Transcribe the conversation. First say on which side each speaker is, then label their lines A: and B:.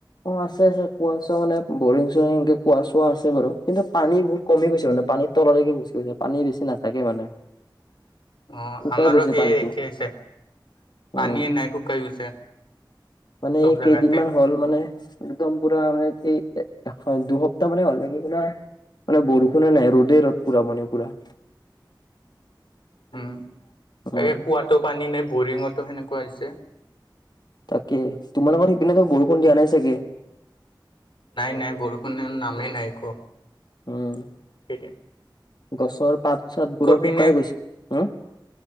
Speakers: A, on the left; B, on the left.
A: অ আছে, আছে। কোৱা চোৱা মানে বৰিং চৰিং এনকে কোৱা চোৱা আছে বাৰু কিন্তু পানী বহুত কমি গৈছে মানে। পানীৰ তললৈকে গুচি গৈছে। পানী বেছি নাথাকে মানে।
B: <inaudible> অ
A: শুকাই
B: আমাৰো
A: গৈছে
B: সেয়ে
A: পানীটো
B: একেই হৈছে। পানীয়ে
A: উম
B: নাই শুকাই গৈছে।
A: মানে
B: চব
A: এই
B: জাগাতে
A: কেইদিনমান হ'ল মানে একদম পুৰা মানে এই এ দুসপ্তাহ মানে হ'ল নেকি পুৰা মানে বৰষুণে নাই ৰ'দেই ৰ'দ পুৰা মানে পুৰা।
B: <inaudible> উম তাকে
A: উম
B: কুৱাতো পানী নাই, বৰিঙতো সেনেকুৱা হৈছে।
A: তাকে তোমালোকৰ সিপিনেতো বৰষুণ দিয়া নাই চাগে?
B: নাই, নাই বৰষুণৰ নামেই নাই একো।
A: উম
B: সেইটোএ
A: গছৰ পাত চাত বোৰো
B: পিনে
A: শুকাই গৈছে, হু।